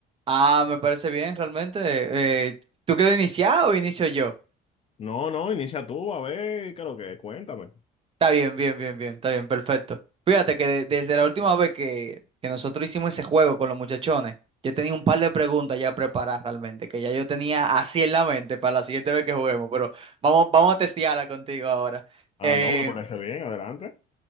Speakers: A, on the right (about 35°); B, on the left (about 35°).
A: Ah, me parece bien, realmente. Eh, ¿tú quieres iniciar o inicio yo?
B: No, no, inicia tú, a ver, ¿qué es lo que es? Cuéntame.
A: Está bien, bien, bien, bien, está bien, perfecto. Fíjate que de- desde la última vez que, que nosotros hicimos ese juego con los muchachones, yo tenía un par de preguntas ya preparadas realmente, que ya yo tenía así en la mente para la siguiente vez que juguemos, pero vamos, vamos a testearla contigo ahora.
B: Ah,
A: Eh,
B: no, me parece bien, adelante.